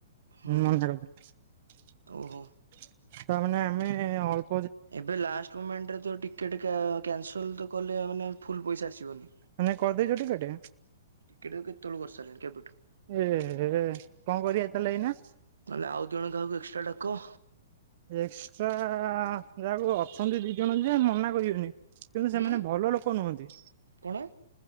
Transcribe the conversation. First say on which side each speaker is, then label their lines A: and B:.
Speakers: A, on the right; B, on the right.
A: ହୁଁ
B: ମନା
A: ହୁଁ
B: କରିଥିଲେ
A: ଓହୋ।
B: ତାମାନେ ଆମେ ଅଳ୍ପ୍,
A: ଏବେ ଲାଷ୍ଟ ମୁମେଣ୍ଟରେ ତ ଟିକେ-ଟିକେ କ୍ୟାନସଲ ତ କଲେ ମାନେ ଫୁଲ ପଇସା ଆସିବନି,
B: ମାନେ କରିଦେଇଛ ଟିକେଟେ?
A: ଟିକଟ ତ କେତେବେଳୁ କରିସରିଲିଣି କେବେଠୁ,
B: ଏହେ କଁ କରିବା ତାହେଲେ ଏଇନା?
A: ନହେଲେ ଆଉ ଦୁଇ ଜଣ କାହାକୁ ଏକ୍ସଟ୍ରା ଡାକ,
B: ଏକ୍ସଟ୍ରା ଯାହାକୁ ଅଛନ୍ତି ଦି ଜଣ ଯେ ମନା କରିବେନି, କିନ୍ତୁ
A: ଉଁ
B: ସେମାନେ ଭଲ ଲୋକ ନୁହନ୍ତି,
A: କଣ?